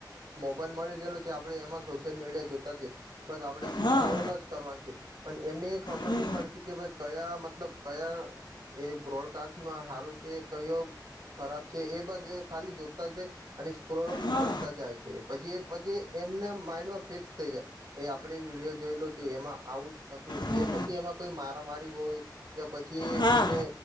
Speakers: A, on the right; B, on the left.
A: મોબાઈલ મળી ગયેલો છે આપણે એમાં સોશિયલ મીડિયા જોતા છે, બસ આપણે
B: હા
A: સ્ક્રોલ જ કરવાનો છે, પણ એમને એ ખબર
B: હમ
A: નહી પડતી કે ભઈ કયા મતલબ કયા એ બ્રોડકાસ માં હારું છે, કયો ખરાબ છે, એ બસ એ ખાલી જોતા જાય અને સ્ક્રોલ
B: હા
A: કરતા જાય છે. એ પછી એ પછી એમના માઈન્ડમાં ફિક્સ થઈ જાય, એ આપણે વિડીયો જોઈ લો તો એમાં આવું જ હતું,
B: હમ
A: એ પછી એમાં કોઈ મારા મારી હોય યા પછી
B: હા
A: કોઈને